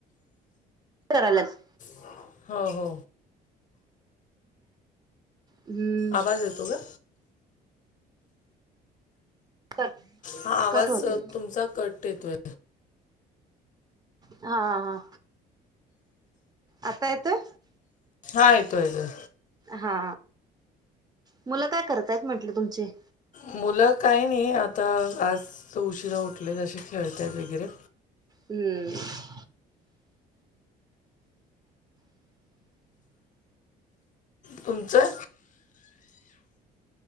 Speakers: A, on the right; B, on the left.
A: करायलाच
B: म. हो हो.
A: हम्म
B: आवाज येतो ग.
A: कट
B: हा आवाज
A: कट होतोय
B: तुमचा कट येतोय.
A: हा हा आता येतोय.
B: हा येतोयतो.
A: हा मुलं काय करतायत म्हंटलं तुमचे.
B: मुलं काही नाही आता आज उशिरा उठले जे खेळतत वगैरे.
A: हम्म.
B: तुमचं.